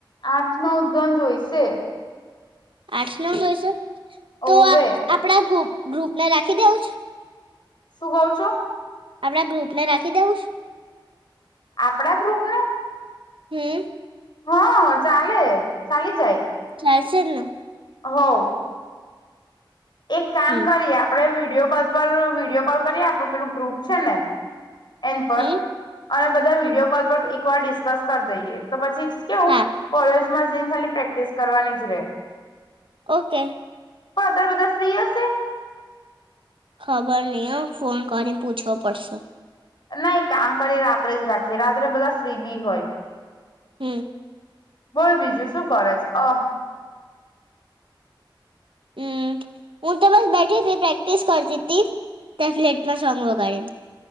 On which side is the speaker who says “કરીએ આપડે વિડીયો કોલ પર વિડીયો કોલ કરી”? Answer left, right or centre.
Left